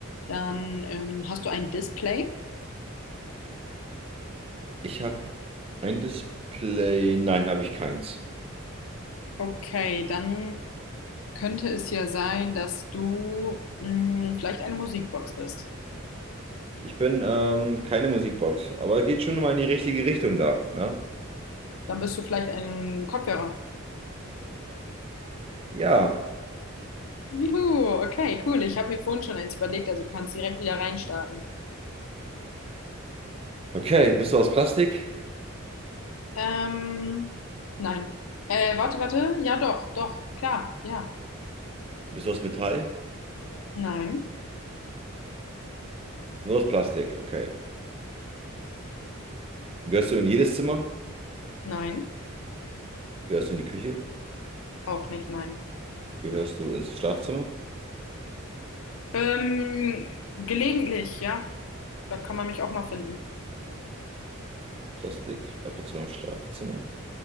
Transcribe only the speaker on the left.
Dann ähm, hast du ein Display.
Okay, dann könnte es ja sein, dass du mh, vielleicht eine Musikbox bist.
Dann bist du vielleicht ein Kopfhörer.
Juhu, okay, cool. Ich habe mir vorhin schon eins überlegt, also du kannst direkt wieder reinstarten.
Ähm, nein. Äh, warte, warte. Ja, doch, doch, klar, ja.
Nein,
nein,
auch nicht, nein.
Ähm, gelegentlich, ja. Da kann man mich auch mal finden.